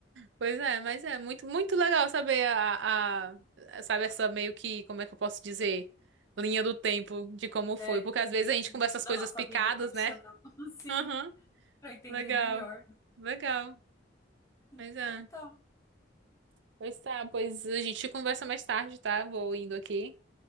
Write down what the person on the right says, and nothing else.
Pois é, mas é muito, muito legal saber a, a, sabe, essa meio que, como é que eu posso dizer, linha do tempo de como foi,
porque às vezes a gente
conversa as
coisas
picadas,
né?
Aham,
legal,
legal,
mas é.
Pois tá, pois a gente conversa mais tarde, tá? Vou indo aqui.